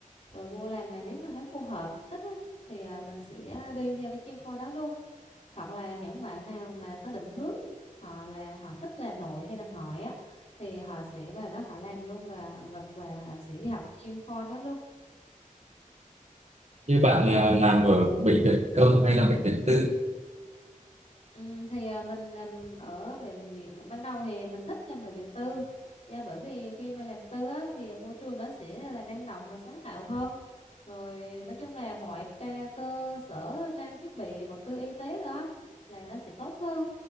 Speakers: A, on the left; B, on the right.
A: rồi vô làm mà nếu mà thấy phù hợp thích á, thì à, mình sẽ đi theo cái chuyên khoa đó luôn hoặc là những bạn nào mà có định hướng họ là họ thích là nội hay là ngoại á thì họ sẽ vào đó họ làm luôn và và và họ sẽ đi học chuyên khoa đó luôn
B: như bạn
A: Ừ.
B: là làm ở bệnh viện công hay là bệnh viện tư?
A: Ừ, thì à, mình làm ở bệnh viện ban đầu thì mình thích làm bệnh viện tư dạ bởi vì khi mà làm tư á, thì môi trường nó sẽ là năng động và sáng tạo hơn rồi nói chung là mọi tra, cơ sở trang thiết bị vật tư y tế đó là nó sẽ tốt hơn